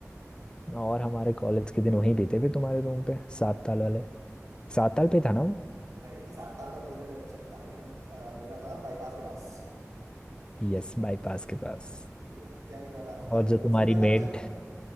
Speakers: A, on the left; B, on the right.
A: और हमारे कॉलेज के दिन वहीं बीते थे तुम्हारे रूम पे सात ताल वाले सात ताल पे था ना वो
B: नहीं सात साल तो अपोजिट डायरेक्शन में था भाई हम अ, मेरा था बाईपास के पास
A: यस बाईपास के पास
B: वो क्या ही मजा आता
A: और
B: था
A: जो
B: ग्रोसरी
A: तुम्हारी
B: बाजार
A: मेड
B: चलो